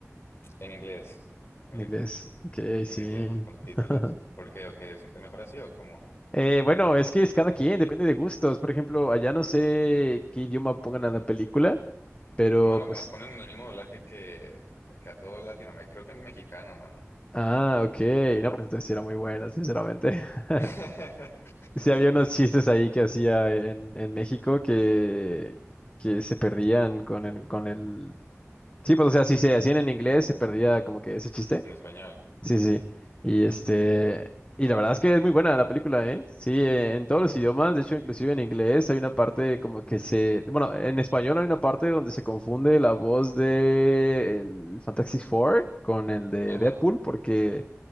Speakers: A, on the left; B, on the left.
A: En inglés. <laughs> Mira
B: En inglés. Ok,
A: que
B: sí.
A: en inglés, con subtítulos.
B: <laughs>
A: ¿Por qué? ¿O qué? ¿Es es mejor así o cómo?
B: Eh, bueno, es que es cada quien, depende de gustos. Por ejemplo, allá no sé qué idioma pongan a la película, pero
A: Mano,
B: pues.
A: nos ponen en el mismo doblaje que, que a todos Latinoamérica. Creo que en mexicano, mano.
B: Ah, ok. No, pues entonces sí era muy buena, sinceramente. <laughs>
A: <laughs>
B: Sí, había unos chistes ahí que hacía en, en México que, que se perdían con el, con el... Sí, pues o sea, si se hacían en inglés, se perdía como que ese chiste.
A: En español.
B: Sí, sí. Y este... Y la verdad es que es muy buena la película, ¿eh? Sí, eh, en todos los idiomas, de hecho, inclusive en inglés hay una parte como que se... Bueno, en español hay una parte donde se confunde la voz de el Fantastic Four con el de
A: Ajá.
B: Deadpool porque